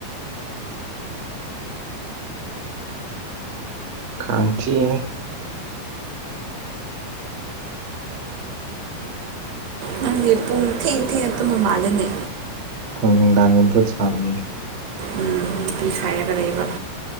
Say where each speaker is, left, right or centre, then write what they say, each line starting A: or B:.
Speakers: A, on the right; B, on the right.
A: ꯈꯥꯡꯊꯤꯡ
B: ꯅꯪꯗꯤ ꯄꯨꯡ ꯊꯦꯡ ꯊꯦꯡꯅ ꯇꯨꯝꯕ ꯃꯥꯜꯂꯦꯅꯦ
A: ꯑꯩꯈꯣꯏ ꯅꯨꯡꯗꯥꯡꯒꯤꯐꯨꯠ ꯁꯥꯕꯅꯤꯅꯦ
B: ꯎꯝ ꯅꯨꯄꯤ ꯁꯥꯏꯔꯒ ꯂꯩꯕ